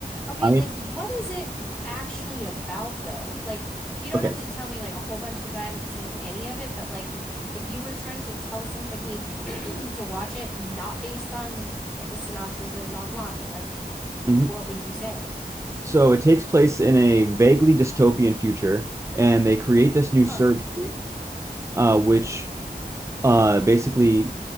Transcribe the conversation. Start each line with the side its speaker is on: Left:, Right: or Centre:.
Centre: Okay,
Right: I
Centre: like what is it actually about though? Like you don't
Right: okay.
Centre: have to tell me like a whole bunch because I haven't seen any of it, but like if you were trying to tell somebody <clears throat> to watch it not based on what the synopsis is online, like
Right: hmm
Centre: what would you say?
Right: So it takes place in a vaguely dystopian future, and they create this
Centre: Huh.
Right: new surgery, uh, which uh, basically